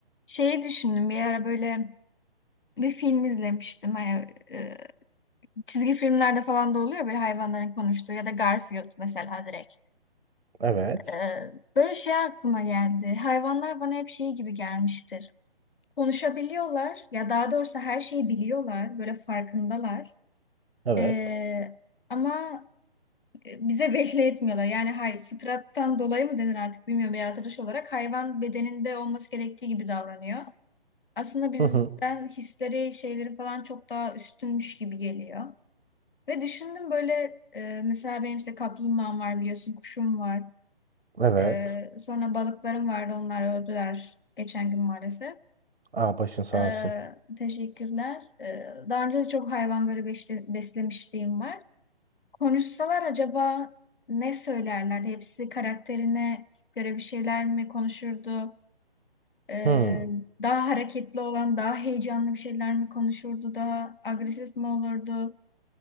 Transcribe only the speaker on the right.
Evet.
Evet.
Hı hı.
Evet.
Aa başın sağ
olsun.
Hı.